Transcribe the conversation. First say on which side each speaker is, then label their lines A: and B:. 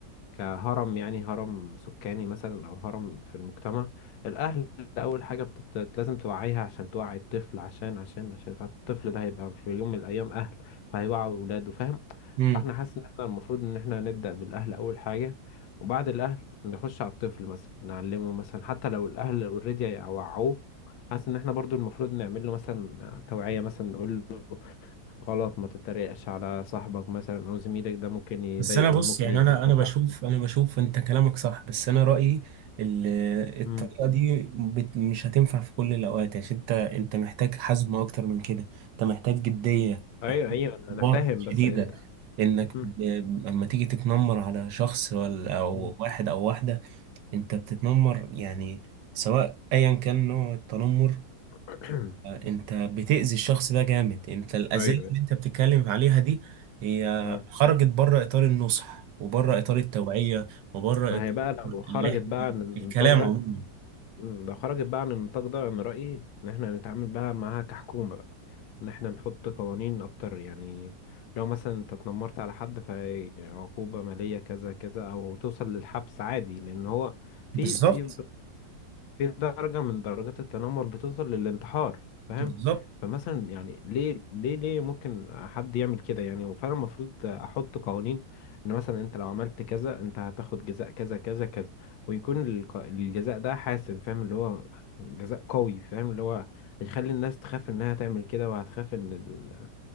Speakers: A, on the left; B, on the right.
A: كهرم يعني هرم سكاني مثلا أو هرم في المجتمع الأهل أول حاجة بتت... لازم توعيها عشان توعي الطفل عشان عشان عشان فالطفل ده هيبقى في يوم من الأيام أهل فهيوعي ولاده فاهم
B: مم.
A: فاحنا حاسس إن احنا المفروض إن احنا نبدأ بالأهل أول حاجة وبعد الأهل نخش على الطفل مثلا نعلمه مثلا حتى لو الأهل أوريدي وعوه حاسس إن احنا برضو المفروض نعمل له مثلا توعية مثلا نقول غلط ما تتريقش على صاحبك مثلا او زميلك ده ممكن يضايقه
B: بس انا بص
A: وممكن
B: يعني
A: يأذيه
B: انا
A: في
B: انا
A: مشاعره
B: بشوف انا بشوف انت كلامك صح بس انا رايي ال- الطريقه
A: امم
B: دي بت مش هتنفع في كل الاوقات عشان انت انت محتاج حزم اكتر من كده انت محتاج جديه
A: ايوه
B: محتاج
A: ايوه انا
B: ضباط
A: فاهم
B: شديده
A: بس انت
B: انك
A: مم.
B: ب- اما تيجي تتنمر على شخص ولا او
A: مم.
B: واحد او واحده انت بتتنمر يعني سواء ايا كان نوع التنمر
A: <clears throat>
B: انت بتأذي الشخص ده جامد انت الأذية
A: ايوه
B: مم.
A: ايوه
B: اللي انت بتتكلم عليها دي هي
A: آه.
B: خرجت بره إطار النصح وبره إطار التوعية وبره
A: ما
B: إطار
A: هي بقى لو خرجت
B: اللي احنا
A: بقى عن النطاق
B: الكلام
A: ده
B: عموما
A: مم. لو خرجت بقى عن النطاق ده انا رأيي ان احنا نتعامل بقى معاها كحكومة بقى ان احنا نحط قوانين اكتر يعني لو مثلا انت اتنمرت على حد فعقوبة مالية كذا كذا او توصل للحبس عادي لان هو في
B: بالظبط
A: في في درجة من درجات التنمر بتوصل للانتحار فاهم
B: بالظبط
A: فمثلا يعني ليه ليه ليه ممكن حد يعمل كده يعني وفعلا المفروض احط قوانين ان مثلا انت لو عملت كذا انت هتاخد جزاء كذا كذا كذا ويكون الق- الجزاء ده حاسم فاهم اللي هو جزاء قوي فاهم اللي هو هيخلي الناس تخاف انها تعمل كده وهتخاف ان ال-